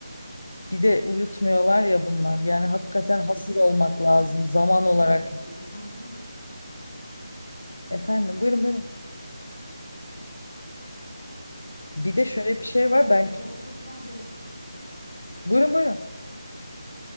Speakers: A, on the left; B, on the left.
A: Bir de uyutmuyorlar ya bunlar. Yani hakikaten
B: Eee, o
A: hazır
B: bulurlar
A: olmak lazım
B: ama
A: zaman olarak.
B: eee, zaten
A: Efendim buyurun buyurun. Bir de
B: eee,
A: şöyle bir şey var
B: ger-
A: ben
B: e, gerçekten de
A: buyurun buyurun.